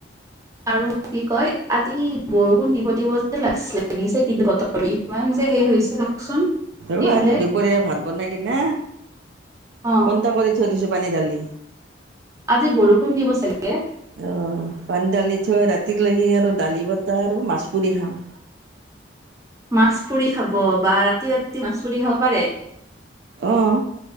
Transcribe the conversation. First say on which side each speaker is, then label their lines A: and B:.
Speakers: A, on the right; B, on the right.
A: আৰু কি কয় আজি বৰষুণ দিব দিব যেন লাগিছে কিন্তু বতৰটো ইমান যে হে হৈছে চাওকচোন
B: ৰ
A: এইফালে
B: আজি দুপৰীয়া ভাত বনাই কিনে
A: অ',
B: কোনটা কৰি থৈ দিছো পানী ঢালি
A: আজি বৰষুণ দিব চাগে
B: আহ পানধলি চ ৰা ৰাতিক লাগি আৰু দালি বতাহ আৰু মাছ পুৰি খাম
A: মাছ পুৰি খাব বা ৰাতি ৰাতি মাছ পৰি খাব পাৰে
B: আহ